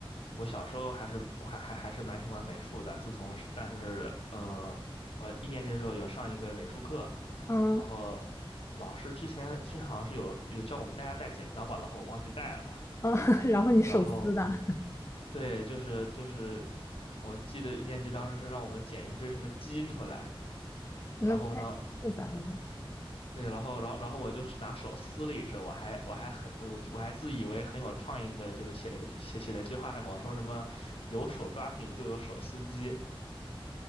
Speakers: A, on the left; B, on the left.
A: 我小时候还是还还还是蛮喜欢美术的，自从是但是嗯、呃我一年级的时候有上一个美术课，
B: 嗯
A: 然后老师之前之前好像是有有叫我们大家带剪刀吧，然后我忘记带了，
B: 嗯，<laughs>
A: 可能然后
B: 然后你手撕的，
A: 对，就是就是我记得一年级当时是让我们剪一只什么鸡出来，
B: 那太复杂了吧？
A: 然后呢。对，然后，然后，然后我就是拿手撕了一只，我还，我还很，我我我还自以为很有创意的，就是写了个写写了一句话什么我说什么有手抓饼就有手撕鸡，